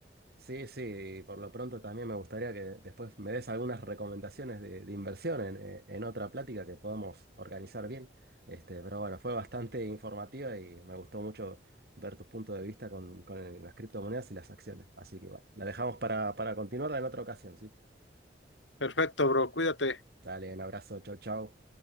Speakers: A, on the right; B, on the left.
A: Sí, sí, por lo pronto también me gustaría que después me des algunas recomendaciones de, de inversión en, eh, en otra plática que podamos organizar bien. Este, pero bueno, fue bastante informativa y me gustó mucho ver tus puntos de vista con, con el- las criptomonedas y las acciones. Así que bueno, la dejamos para, para continuarla en otra ocasión, ¿sí?
B: Perfecto, bro, cuídate.
A: Dale, un abrazo, chau, chau.